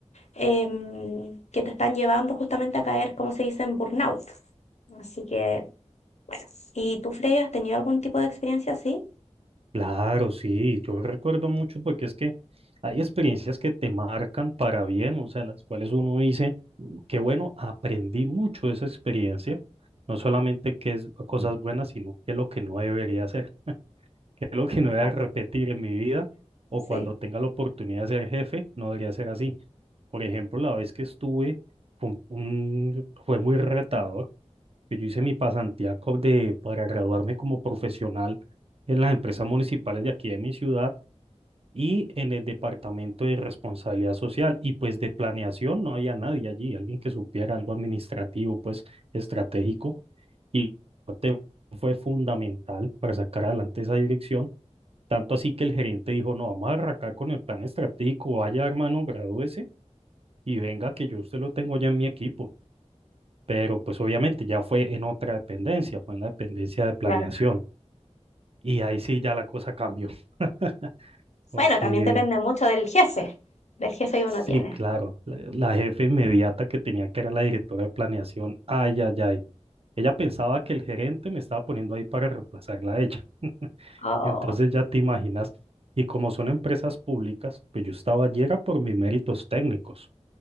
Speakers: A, on the left (about 70°); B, on the right (about 55°).
A: em, que te están llevando justamente a caer, como se dice, en burnout. Así que, bueno, ¿y tú, Freya, has tenido algún tipo de experiencia así?
B: Claro, sí, yo recuerdo mucho porque es que hay experiencias que te marcan para bien, o sea, las cuales uno dice, "Mm, qué bueno, aprendí mucho de esa experiencia, no solamente que es cosas buenas, sino que es lo que no debería hacer, <laughs> que es lo que
A: Exacto,
B: no debería repetir en mi vida o
A: Sí,
B: cuando tenga la oportunidad de ser jefe, no debería ser así. Por ejemplo, la vez que estuve fue, un- fue muy retador que yo hice mi pasantía co- de, para graduarme como profesional en las empresas municipales de aquí de mi ciudad y en el departamento de responsabilidad social. Y pues de planeación no había nadie allí, alguien que supiera algo administrativo, pues estratégico. Y te- fue fundamental para sacar adelante esa dirección. Tanto así que el gerente dijo, no, vamos a arrancar con el plan estratégico, vaya hermano, gradúese y venga que yo usted lo tengo ya en mi equipo pero pues obviamente ya fue en otra dependencia, fue en la dependencia de planeación.
A: claro.
B: Y ahí sí ya la cosa cambió, <laughs> porque
A: Bueno, también depende mucho del jefe, del jefe que
B: sí,
A: uno tiene.
B: claro, la, la jefe inmediata que tenía que era la directora de planeación, ay, ay, ay. Ella pensaba que el gerente me estaba poniendo ahí para reemplazarla a ella. <laughs>
A: Oh,
B: Entonces ya te imaginas. Y como son empresas públicas, pues yo estaba allí era por mis méritos técnicos.